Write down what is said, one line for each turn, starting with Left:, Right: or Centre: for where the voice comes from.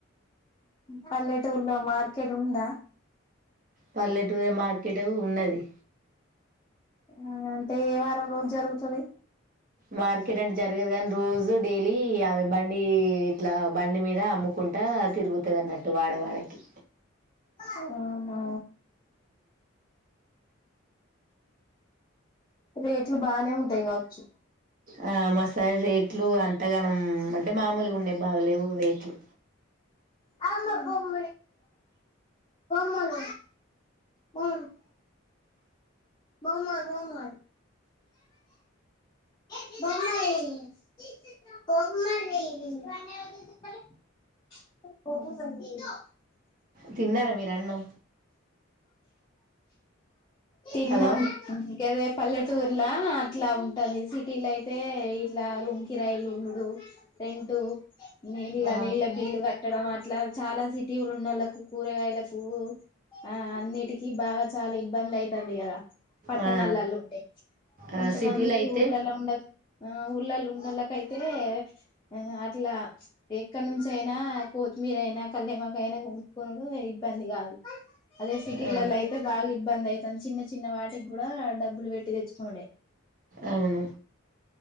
Left: పల్లెటూర్లో మార్కెట్ ఉందా
Right: పల్లెటూరు మార్కెట్ ఏ ఉన్నది
Left: ఆ అంటే ఏ వారం రోజు జరుగుతది
Right: మార్కెట్ అంటే జరగది కాని రోజు డైలీ ఆమె బండి ఇట్లా బండి మీద అమ్ముకుంటా తిరుగుతుంది అన్నట్టు వాడవాడకి
Left: అవునా రేట్లు బానే ఉంటాయి కావచ్చు
Right: ఆ మాసారి రేట్లు అంతగానం అంటే మామూలుగా ఉండేవి బాగలేవు రేట్లు
Left: అమ బొమ్ మడ బ బ బౌ మర్ బ మర్ బాయ్ పో
Right: తిన్నారా మీరు అన్నం
Left: తిన్నంగాదే
Right: హలో
Left: పల్లెటూర్లా అట్లా ఉంటది సిటీలో అయితే ఇట్లా రూమ్ కిరాయిలు ఉండవ్ రెంటు నీళ్ళ
Right: ఆ
Left: నీళ్ళ బిల్లు కట్టడం అట్లా చాలా సిటీలో ఉనోళ్లకు కూరగాయలకు పువ్వు ఆ అన్నిటికి బాగా చాలా ఇబ్బంది అయితది కదా పట్టణాలల్లో
Right: ఆ
Left: ఉంటే కొంత
Right: ఆ సిటీలో
Left: మంది
Right: అయితే
Left: ఊర్లలా ఉండ ఆ ఊర్లల్ల ఉండళ్ళకైతే ఆ అట్లా ఎక్కడ నుంచి అయినా కొత్తిమీర అయినా కరపాకు అయినా కొనుక్కునుడు ఇబ్బంది కాదు అదే సిటీలల్లో
Right: ఆ
Left: ఐతే బాగా ఇబ్బంది అయితంది చిన్న చిన్న వాటికి గూడా డబ్బులు పెట్టి తెచ్చుకొనుడే
Right: అవును